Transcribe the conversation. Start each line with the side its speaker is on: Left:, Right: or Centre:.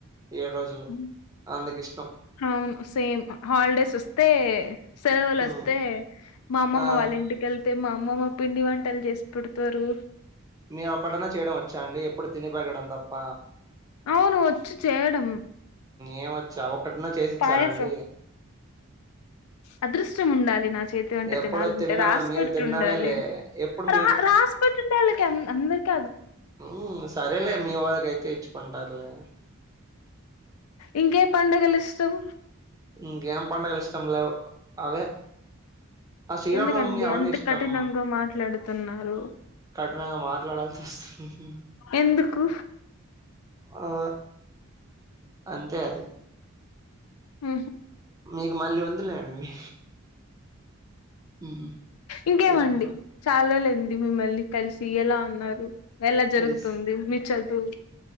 Right: ఏడు రోజులు
Left: హ్మ్.
Right: అందుకు ఇష్టం
Left: అవును సేమ్ హాలిడేస్ వస్తే సెలవులు
Right: ఉమ్
Left: వస్తే మా అమ్మమ్మ
Right: ఆ
Left: వాళ్ళ ఇంటికెళ్తే మా అమ్మమ్మ పిండి వంటలు చేసి పెడతారు
Right: మీరు ఒకటనా చేయడం వచ్చు వచ్చా అండి ఎప్పుడు తిని పెరగడం తప్ప
Left: అవును వచ్చు చేయడం
Right: ఏమ ఒక్కటనా చేసిచ్చారా
Left: పాయసం
Right: అండి
Left: అదృష్టం ఉండాలి నాకు చేతి వంట
Right: ఎప్పుడు
Left: తినాలంటే
Right: తినడమే
Left: రాసి
Right: మీరు
Left: పెట్టిండాలి
Right: తినడమేలే ఎప్పుడు
Left: రా రాసిపెట్టిండే వాళ్ళకి అందరిక
Right: హ్మ్ సరేలే మీ వాళ్ళకైతే ఇచ్చుకుంటారులే
Left: ఇంకే ఎ పండగలు ఇష్టం
Right: ఇంక ఏం పండగలిష్టం లేవ్ అవే ఆ శ్రీరామనవమి
Left: ఎందుకండి
Right: అవన్నీ
Left: అంత
Right: ఇష్టం
Left: కఠినంగా మాట్లాడుతున్నారు
Right: కఠినంగా మాట్లాడాల్సి వస్తుంది
Left: ఎందుకు
Right: ఆ అంతే అది
Left: ఆ
Right: మీకు మళ్ళీ ఉందిలేండి ఉమ్
Left: ఇంకేమండి
Right: చెప్పు
Left: చారోజులైంది మిమ్మల్ని కలిసి ఎలా ఉన్నారు ఎలా జరుగుతుంది
Right: కలిసి
Left: మీ చదువు